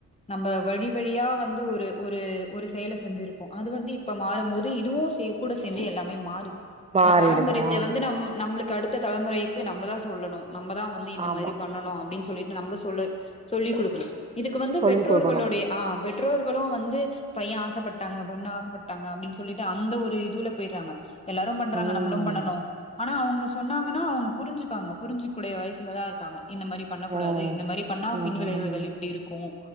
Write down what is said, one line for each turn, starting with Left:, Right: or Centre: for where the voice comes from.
Left: நம்ம வழி வழியா வந்து ஒரு ஒரு ஒரு செயல செஞ்சிருப்போ அது வந்து இப்ப மாறும்போது இதுவு சே கூட சேந்து எல்லாமே மாறு
Right: மாறிடுது
Left: இந்த பாரம்பரியத்தை
Right: ஆமா
Left: வந்து நம் நம்புளுக்கு அடுத் த தலைமுறைக்கு நம்பதா சொல்லணு நம்பதா வந்து இந்த
Right: ஆமா
Left: மாரி பண்ணணு அப்டின் சொல்லிட்டு நம்ப சொல்ல சொல்லிக் குடுக்கணு இதுக்கு வந்து
Right: சொல்லி்
Left: பெற்றோர்களுடைய
Right: குடுக்கணு
Left: ஆ பெற்றோர்களு வந்து பைய ஆசப்பட்டாங்க பொண்ணு ஆசப்பட்டாங்க அப்டின் சொல்லிட்டு அந்த ஒரு இ துவுல போய்றாங்க எல்லாரு பண்றாங்க
Right: ம்
Left: நம்மளு பண்ணனு ஆனா அவங்க சொன்னாங்கன்னா அவங்க புரிஞ்சுப்பாங்க புரிஞ்சு கூடிய வயசுல தா இருக்காங்க இந்த மாரி பண்ணக்கூடாது
Right: ம்
Left: இந்த மாரி பண்ணா
Right: ம்
Left: பின்விளைவுகள்
Right: ம்
Left: இப்டி இருக்கு